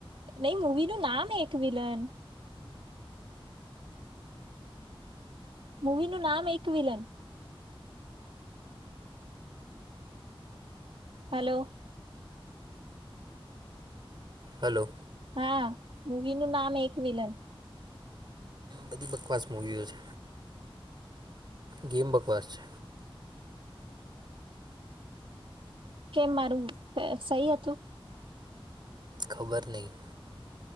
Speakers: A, on the right; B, on the right.
A: નહી મૂવી નું નામ એક વિલન. મૂવી નું નામ એક વિલન. હલો.
B: હલો.
A: હા મૂવી નું નામ એક વિલન
B: બધી બકવાસ મૂવીઓ છે ગેમ બકવાસ છે.
A: કેમ મારું સહી હતું.
B: ખબર નહીં.